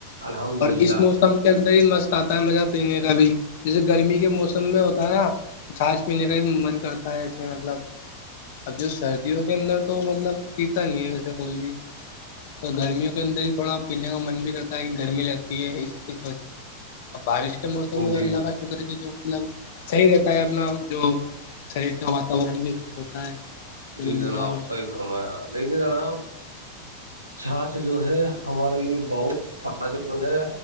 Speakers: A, on the right; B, on the left.
A: الحمد
B: اور
A: للہ
B: اس موسم کے اندر ہی مست آتا ہے مزہ پینے کا بھی جیسے گرمی کے موسم میں ہوتا ہے نا چھچھ پینے کا ہی من کرتا ہے اس میں مطلب اب جو سردیوں کے اندر تو مطلب پیتا نہیں ہے ویسے کوئی بھی تو گرمیوں کے اندر ہی تھوڑا پینے کا من بھی کرتا ہے کہ گرمی لگتی ہے اس بارش کے موسم میں تو
A: جی
B: اللہ کا جو مطلب صحیح رہتا ہے اپنا جو شریر کا واتورن بھی ہوتا ہے مطلب
A: جی جناب
B: بیمار
A: صحیح فرمایا دیکھیے جناب چھاات جو ہے ہمارے لیے بہت فائدے مند ہے